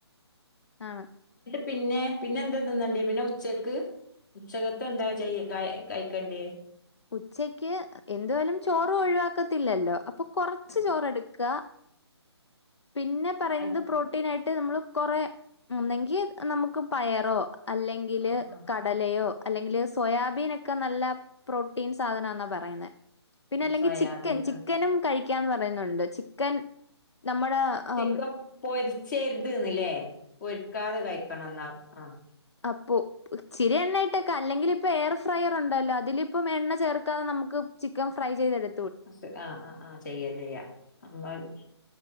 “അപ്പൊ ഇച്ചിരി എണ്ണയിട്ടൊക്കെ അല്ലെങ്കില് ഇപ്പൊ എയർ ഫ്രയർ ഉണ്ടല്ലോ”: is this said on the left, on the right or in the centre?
Left